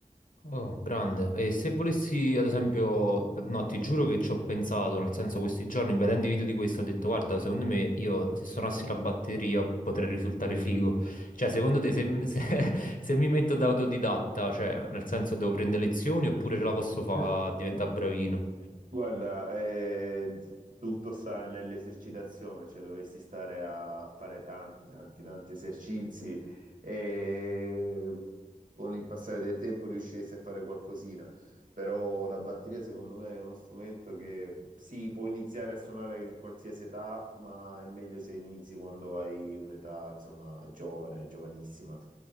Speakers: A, on the left; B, on the right.
A: Oh, grande. E se volessi, ad esempio, no, ti giuro che ci ho pensato, nel senso questi giorni vedendo i video di questo ho detto, guarda, secondo me io se suonassi la batteria potrei risultare figo. Cioè, secondo te se, se- <laughs> se mi metto da autodidatta, cioè, nel senso devo prendere lezioni oppure ce la posso
B: <laughs>
A: fare a diventare bravino?
B: Guarda, eh, tutto sta nell'esercitazione, cioè dovresti stare a fare tanti, tanti, tanti esercizi e con il passare del tempo riusciresti a fare qualcosina, però la batteria secondo me è uno strumento che sì, può iniziare a suonare in qualsiasi età, ma è meglio se inizi quando hai un'età, insomma, giovane, giovanissima.